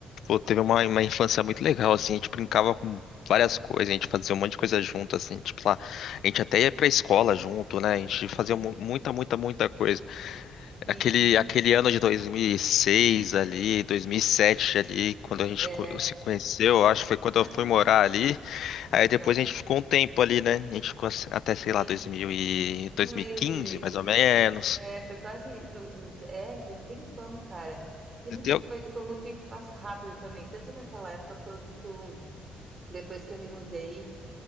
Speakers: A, on the left (about 75°); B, on the right (about 35°).
A: pô, teve uma, uma infância muito legal, assim. A gente brincava com várias coisas, a gente fazia um monte de coisa junto, assim. Tipo lá, a gente até ia pra escola junto, né? A gente
B: Muito.
A: fazia mu- muita, muita, muita coisa.
B: Sim,
A: Aquele, aquele ano de 2006 ali, 2007 ali, quando a gente
B: é.
A: co- se conheceu, eu acho que foi quando
B: Ah,
A: eu fui morar ali. Aí
B: aham,
A: depois a gente ficou um tempo ali, né? A gente ficou assim, até,
B: Sim,
A: sei lá, 2000 e
B: não
A: 2015,
B: lembro direito.
A: mais ou menos.
B: É, foi quase, foi uns- é, foi um tempão, cara. E é
A: Eu
B: muito
A: tenho-
B: doido como o tempo passa rápido também, tanto naquela época quanto depois que eu me mudei,